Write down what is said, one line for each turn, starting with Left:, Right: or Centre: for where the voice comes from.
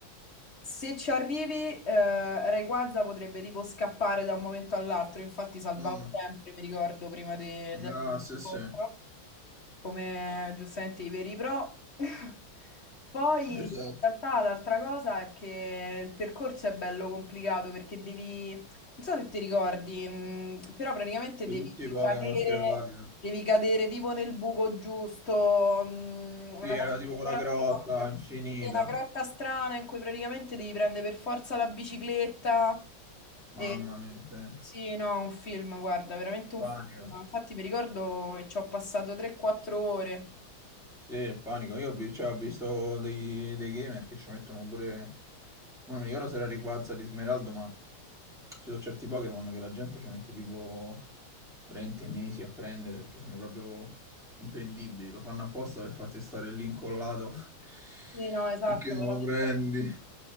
Left: se ci arrivi, eh, Rayquaza potrebbe tipo scappare da un momento all'altro, infatti salvavo
Centre: Mh-mh.
Left: sempre, mi ricordo, prima de- dell'incontro
Centre: Ah, sì, sì,
Left: come giustamente i veri pro. <laughs> Poi
Centre: esatto,
Left: in realtà l'altra cosa è che il percorso è bello complicato perché devi, non so se ti ricordi, mh, però praticamente
Centre: poi
Left: devi
Centre: tutti i Pokémon
Left: cadere,
Centre: sgravati
Left: devi cadere tipo nel buco giusto, mh,
Centre: Sì,
Left: una
Centre: era
Left: cosa
Centre: tipo quella
Left: ancora
Centre: grotta
Left: più-
Centre: infinita.
Left: sì, una grotta strana in cui praticamente devi prendere per forza la bicicletta.
Centre: Mamma
Left: E-
Centre: mia, sì.
Left: sì, no, un film, guarda, veramente un
Centre: Panico.
Left: film. Infatti mi ricordo che ci ho passato 3-4 ore.
Centre: Sì, il panico. Io ho vi- cioè, ho visto dei, dei gamer che ci mettono pure. mo Non mi ricordo se era Rayquaza di Smeraldo, ma ci sono certi Pokémon che la gente ci mette tipo 20 mesi a prendere perché sono proprio imprendibili. Lo fanno apposta per farti stare lì incollato <laughs>
Left: Sì, no, esatto,
Centre: finché non
Left: veramente.
Centre: lo prendi.